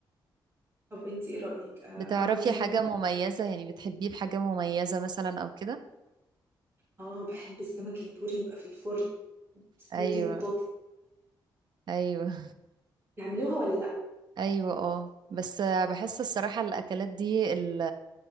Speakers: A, on the right (about 30°); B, on the right (about 60°).
A: طب انتي ايه رايك آه،
B: بتعرفي
A: اعمل سمك
B: حاجة
A: إيه؟
B: مميزة يعني بتحبيه بحاجة مميزة مثلا او كده
A: اه بحب السمك البوري يبقى في الفرن صينيه
B: ايوه
A: البطاطس
B: ايوه
A: نعملوها ولا لا
B: ايوه اه بس بحس الصراحة الاكلات دي ال...